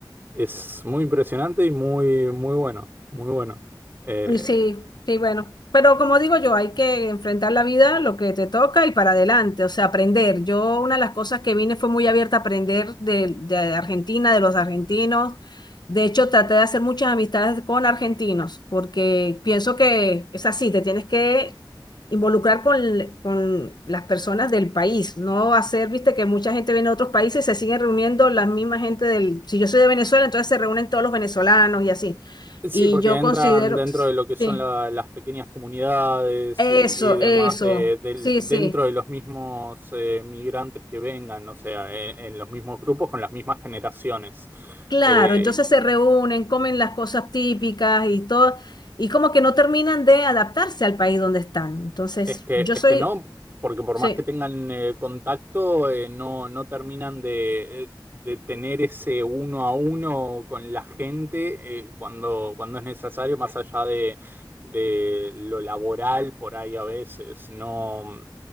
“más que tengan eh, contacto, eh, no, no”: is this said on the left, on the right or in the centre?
Right